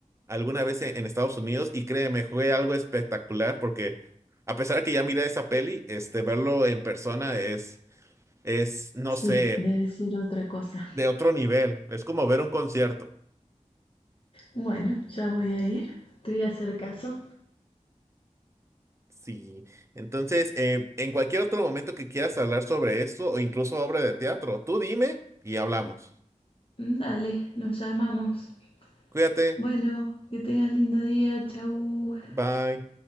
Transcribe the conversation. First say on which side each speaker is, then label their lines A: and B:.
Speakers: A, on the right (about 20°); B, on the left (about 45°).
A: alguna vez en, en Estados Unidos y créeme, fue algo espectacular porque a pesar que ya miré esa peli, este, verlo en persona es, es, no
B: Sí,
A: sé,
B: debe ser otra cosa.
A: de otro nivel. Es como ver un concierto.
B: Bueno, ya voy a ir. Te voy a hacer caso.
A: Sí. Entonces, eh, en cualquier otro momento que quieras hablar sobre esto o incluso obra de teatro, tú dime y hablamos.
B: Dale, nos llamamos.
A: Cuídate.
B: Bueno, que tengas lindo día. Chau.
A: Bye.